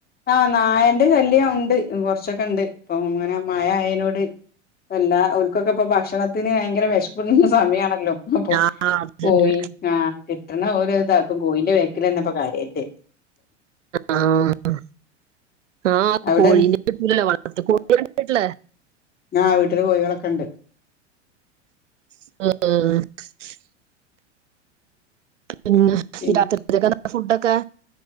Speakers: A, on the left; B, on the right.
A: ആഹ് നായന്റെ ശല്ല്യ ഒണ്ട് കൊറച്ചൊക്കെ ഒണ്ട് പ്പൊ ങ്ങനെ മായ അയേനോട് എല്ലാ ഓൽക്കൊക്കെ പ്പൊ ഭക്ഷണത്തിന് ഭയങ്കര വെഷകുണ സമയമാണല്ലോ? അപ്പൊ
B: ആ, അത്
A: പോയി
B: തന്നെ.
A: ആഹ് കിട്ടണ ഓരിതാക്കു കൊ കോയിന്റെ വേക്കിലന്നെ പ്പോ കാര്യയിട്ടേ
B: ആഹ് ആഹ് ആ
A: അവിടെ
B: കോഴീന്റെ കിട്ടലല്ലോ വളർത്ത് കോഴിളെ കണ്ടിട്ടില്ലേ?
A: ആഹ് വീട്ടില് കോഴികളൊക്കെണ്ട്
B: ആഹ് <unintelligible> പിന്നെ
A: പിന്നെ
B: ഈ രാത്രിക്കെന്താ ഫുഡൊക്കെ